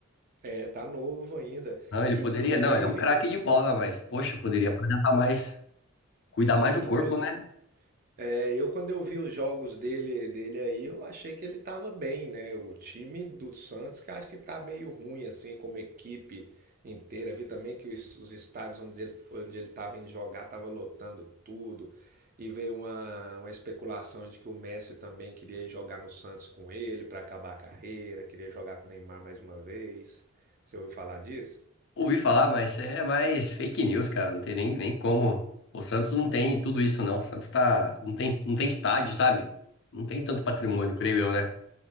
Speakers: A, on the right; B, on the left.
A: É, tá novo ainda.
B: Não, ele
A: E
B: poderia,
A: inclusive,
B: não, ele é um craque de bola, mas poxa, poderia apresentar mais, cuidar mais do
A: inclusive
B: corpo, né?
A: É, eu quando eu vi os jogos dele, dele aí, eu achei que ele tava bem, né? O time do Santos que acho que tá meio ruim assim, como equipe inteira. Vi também que os, os estádios onde ele, onde ele tava indo jogar tava lotando tudo. E veio uma, uma especulação de que o Messi também queria ir jogar no Santos com ele pra acabar a carreira, queria jogar com o Neymar mais uma vez. Você ouviu falar disso?
B: Ouvi falar, mas é mais fake news, cara, não tem nem, nem como. O Santos não tem tudo isso, não. O Santos tá, não tem, não tem estádio, sabe? Não tem tanto patrimônio, creio eu, né?